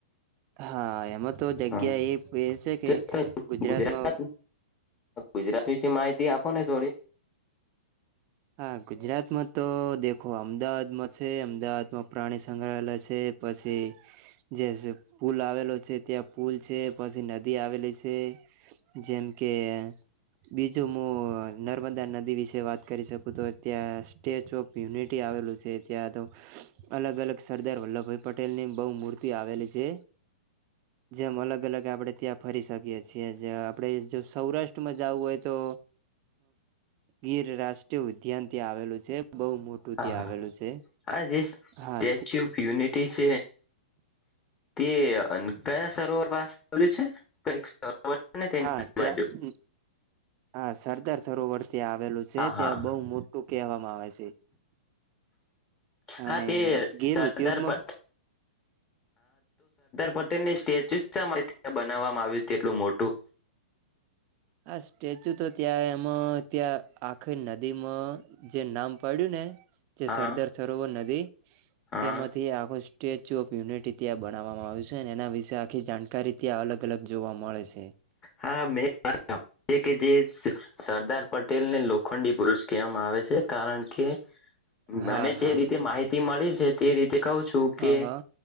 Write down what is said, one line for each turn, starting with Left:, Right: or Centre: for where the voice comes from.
Right: હા એમાં તો જગ્યા
Left: હા
Right: એ બેસે
Left: તો તમે
Right: ગુજરાતમાં
Left: ગુજરાત ગુજરાત વિશે માહિતી આપો ને થોડી
Right: હા ગુજરાતમાં તો દેખો અમદાવાદમાં છે અમદાવાદમાં પ્રાણી સંગ્રહાલય પછી જે પુલ આવેલો છે ત્યાં પુલ છે પછી નદી આવેલી છે જેમ કે બીજું હું નર્મદા નદી વિશે વાત કરી શકું તો ત્યાં સ્ટેચ્યુ ઓફ યુનિટી આવેલું છે ત્યાં તો અલગ અલગ સરદાર વલ્લભભાઈ પટેલ ની બહુ મૂર્તિ આવેલી છે જેમ અલગ અલગ આપણે ત્યાં ફરી શકીય છીએ જે આપડણે જો સૌરાષ્ટ્રમાં જવું હોય તો ગીર રાષ્ટ ઉદ્યાનથી આવેલું બ મોટુંથી
Left: હા
Right: આવેલું
Left: હા
Right: છે
Left: આ જે સ્ટેચ્યુ
Right: હા
Left: ઓફ યુનિટી તે કયા સરોવર પા છે કઈક સરોવર છે ને તેની
Right: હા ત્યાં
Left: બાજુ
Right: હા સરદી સરોવર ત્યાં આવેલું છે
Left: હા હા
Right: ત્યાં બોવ મોટું કહેવામાં આવે છે અને
Left: હા તે
Right: ગેરુત્યોગમાં
Left: સરદાર પટેલ પટેલની સ્ટેચ્યુ ત્યા બનાવવામાં આવ્યું તેટલું મોટું
Right: હા સ્ટેચ્યુ તો ત્યાં એમાં ત્યાં આખી નદીમાં જે નામ પડ્યું ને જે
Left: હા
Right: સરદાર સરોવર નદી
Left: હા
Right: તેમાંથી આખો સ્ટેચુ ઓફ યુનિટી ત્યાં બનાવવામાં આવ્યું છે અને એના વિશે આખી જાણકારી ત્યાં અલગ અલગ જોવા મળે છે.
Left: હા મે તે કે જે સ સરદાર પટેલ ને લોખંડી પુરુષ કહેવામાં આવે છે કારણ કે
Right: હા
Left: મને
Right: હા
Left: જે રીતે માહિ તી મળી છે તે રીતે કવ છું
Right: હા
Left: કે
Right: હા